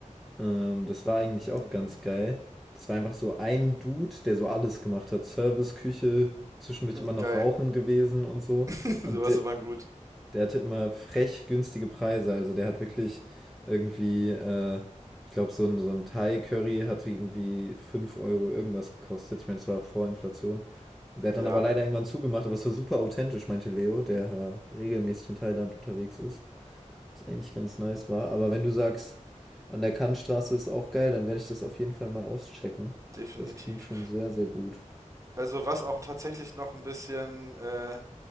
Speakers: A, in the centre; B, on the right.
A: Ähm, das war eigentlich
B: Mhm,
A: auch
B: Nee.
A: ganz geil. Das war einfach so ein Dude, der so alles gemacht hat. Service, Küche, zwischendurch
B: <laughs>
A: immer noch
B: Geil.
A: Rauchen gewesen und so.
B: <laughs>
A: Und
B: Sowas
A: der,
B: ist immer gut.
A: der hatte immer frech günstige Preise. Also der hat wirklich irgendwie, äh, ich glaube, so ein, so ein Thai-Curry hat irgendwie 5 Euro irgendwas gekostet. Ich meine, das war auch vor Inflation. Der hat
B: Ja,
A: dann aber leider irgendwann zugemacht, aber es war super authentisch, meinte Leo, der äh, regelmäßig in Thailand unterwegs ist. Was eigentlich ganz nice war. Aber wenn du sagst, an der Kantstraße ist auch geil, dann werde ich das auf jeden Fall mal auschecken.
B: definitiv.
A: Das klingt schon sehr, sehr gut.
B: Also was auch tatsächlich noch ein bisschen äh,